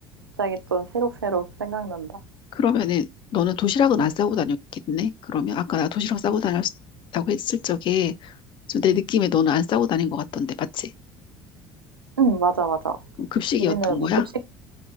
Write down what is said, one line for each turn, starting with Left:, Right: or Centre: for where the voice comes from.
Right: 갑자기 또 새록새록 생각난다.
Left: 그러면은 너는 도시락은 안
Right: 음.
Left: 싸고 다녔겠네? 그러면 아까 나 도시락 싸고 다녔다고 했을 적에 좀 내
Right: 음.
Left: 느낌에 너는 안 싸고 다닌 것 같던데, 맞지?
Right: 음 맞아, 맞아.
Left: 급식이었던
Right: 우리는 뭐
Left: 거야?
Right: 급식